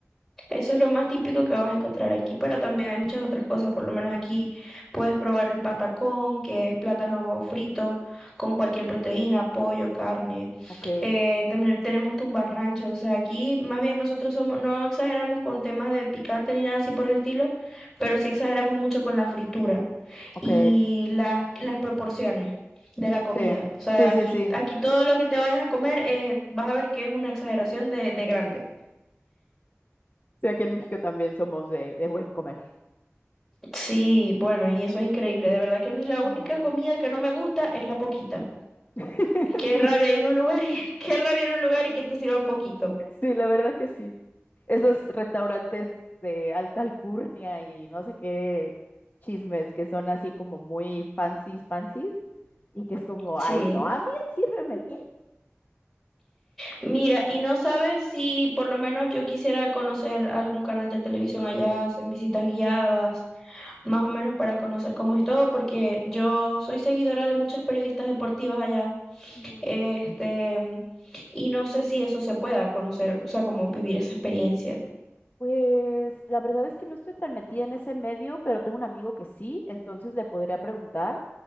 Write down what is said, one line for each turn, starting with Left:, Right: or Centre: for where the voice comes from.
Centre: Eso es lo más típico que vas a encontrar aquí, pero también hay muchas otras cosas. Por lo menos aquí puedes probar el patacón, que es plátano frito con cualquier proteína, pollo, carne.
Left: Ok,
Centre: Eh, también tenemos tumbarranchos. O sea, aquí más bien nosotros somos, no exageramos con temas de picante ni nada así por el estilo, pero sí exageramos mucho con la fritura
Left: ok.
Centre: y las, las proporciones de la comida.
Left: Sí,
Centre: O sea,
Left: sí,
Centre: aquí,
Left: sí, sí.
Centre: aquí todo lo que te vayas a comer eh, vas a ver que es una exageración de, de grande.
Left: Sí, aquí en México también somos de, de buen comer.
Centre: Sí, bueno, y eso es increíble. De verdad que a mí la única
Left: Ujú.
Centre: comida que no me gusta es la poquita.
Left: <laughs>
Centre: Qué
Left: Sí,
Centre: rabia ir a un lugar y <laughs> qué rabia ir a un lugar y que te sirvan poquito.
Left: Sí, la verdad que sí. Esos restaurantes de alta alcurnia y no sé qué chismes que son así como muy fancies, fancies, y que es como,
Centre: Sí.
Left: ay, no, a mí sírveme bien.
Centre: Mira, y no sabes si por lo menos yo quisiera conocer algún canal de televisión allá, hacen visitas guiadas, más o menos para conocer cómo es todo, porque yo soy seguidora de muchas periodistas deportivas allá,
Left: Ujú.
Centre: este, y no sé si eso se pueda conocer, o sea, como vivir esa experiencia.
Left: Pues la verdad es que no estoy tan metida en ese medio, pero tengo un amigo que sí, entonces le podría preguntar